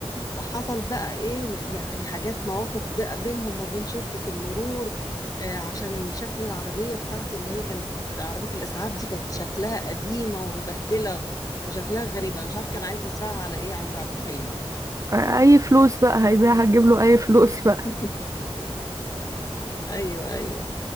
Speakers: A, on the left (about 35°); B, on the right (about 30°).
A: وحصل بقى ايه يعني حاجات مواقف بقى بينهم وبين شرطة المرور آه، عشان شكل العربية بتاعته اللي هي كانت عربية الإسعاف دي كانت شكلها قديمة ومبهدلة وشكلها غريب أنا مش عارف كان عايز يسرقها على إيه عمرو عبد الجليل
B: آه، أي فلوس بقى هيبيعها هتجيب له أي فلوس بقى
A: <laughs> أيوه أيوه